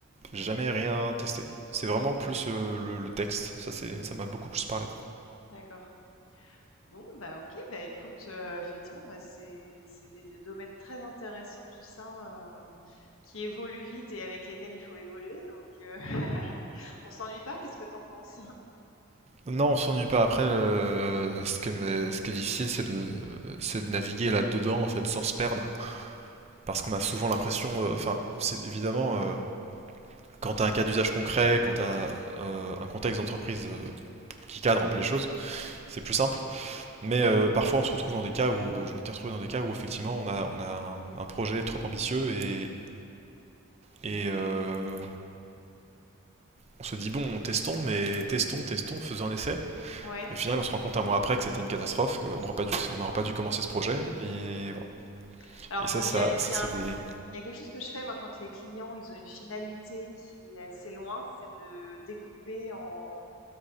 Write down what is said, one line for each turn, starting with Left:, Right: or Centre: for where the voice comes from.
Right: jamais rien testé. C'est vraiment
Left: OK.
Right: plus euh, le, le texte. Ça, c'est, ça m'a beaucoup plus parlé.
Left: D'accord. Bon, bah, OK, bah, écoute, heu, effectivement, bah, c'est c'est des des domaines très intéressants tout ça, heu, qui évoluent vite et avec lesquels il faut évoluer donc heu, <laughs> on s'ennuie pas, qu'est-ce que t'en penses?
Right: Non, on s'ennuie pas. Après, le- ce qui est, ce qui est difficile, c'est de, c'est de naviguer là-dedans, en fait, sans se perdre. Parce qu'on a souvent l'impression, enfin, euh, enfin, c'est évidemment, euh, quand tu as un cas d'usage concret, quand tu as euh, un contexte d'entreprise euh, qui cadre un peu les choses, c'est plus simple. Mais euh, parfois, on se retrouve dans des cas où, je m'étais retrouvé dans des cas où effectivement, on a, on a un, un projet trop ambitieux et, et euh, on se dit, bon, testons, mais testons, testons, faisons un essai.
Left: Ouais.
Right: Et au final, on se rend compte un mois après que c'était une catastrophe, qu'on n'aurait pas, dû, on n'aurait pas dû commencer ce projet. Et
Left: Mmh
Right: voilà.
Left: Alors,
Right: Et ça,
Left: heu,
Right: ça,
Left: il y a
Right: ça
Left: il y a
Right: c'est
Left: un
Right: des.
Left: il y a quelque chose que je fais moi quand les clients, ils ont une finalité qui est assez loin, c'est de découper en